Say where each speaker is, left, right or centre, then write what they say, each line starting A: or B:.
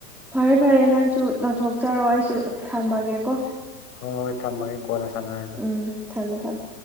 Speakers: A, in the centre; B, on the left.
A: ꯐꯔꯦ ꯐꯔꯦ ꯅꯪꯁꯨ ꯇꯧꯊꯣꯛꯆꯔꯣ ꯑꯩꯁꯨ ꯊꯝꯃꯒꯦꯀꯣ
B: ꯍꯣꯏ ꯊꯝꯃꯒꯦ ꯀꯣꯟꯅ ꯁꯥꯟꯅꯔꯖꯤ
A: ꯎꯝ ꯊꯝꯃꯦ ꯊꯝꯃꯦ